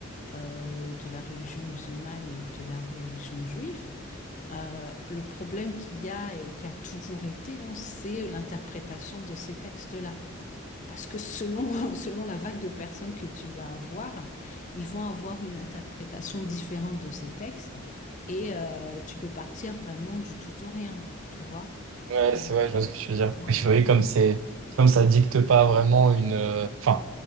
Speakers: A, on the left; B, on the right.
A: euh, de la religion musulmane et de la religion juive. Euh, le problème qu'il y a et qui a toujours été, hein, c'est l'interprétation de ces textes-là. Parce que selon, <laughs> selon la vague de personnes que tu vas avoir, ils vont avoir une interprétation différente de ces textes et euh, tu peux partir vraiment du tout au rien, tu vois.
B: Ouais,
A: Et-
B: c'est vrai, je vois ce que tu veux dire.
A: Ouais.
B: Oui, oui, comme c'est comme ça dicte pas vraiment une euh, enfin